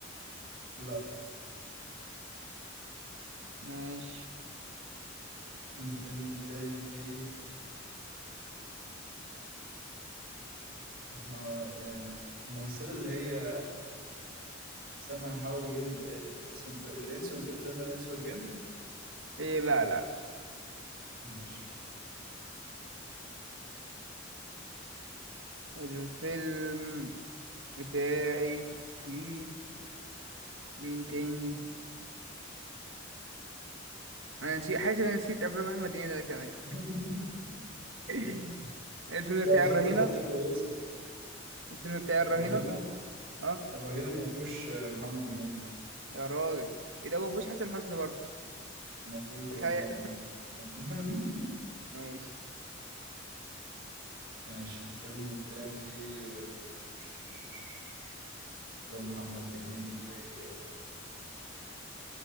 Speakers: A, on the right; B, on the right.
A: لا
B: ماشي
A: الفيلم بتاعي فيه احنا آه، الممثلة اللي هي استنى هحاول اجيب ال... ال... اسم الفيلم الانس و... فيلم الانس والجن
B: إيه لا لا
A: ماشي
B: الفيلم بتاعي فيه مين تاني انا نسيت حاسس إن انا نسيت افلام احمد هنيدي انا كمان
A: <laughs>
B: <laughs> الفيلم
A: ده
B: بتاعي
A: وصلت
B: الرهينة
A: لحته كويسه
B: الفيلم بتاعي الرهينة
A: الرهينه
B: اه
A: الرهينه ما فيهوش محمد هنيدي
B: يا راجل ايه ده هو مفيهوش حسن حسني برضه
A: ما فيهوش برضه
B: تخيل
A: حسن حسني <laughs>
B: <laughs> ماشي
A: ماشي الفيلم التاني فيه آه، ش- ش- ش- ش- افلام محمد هنيدي اللي هي آه،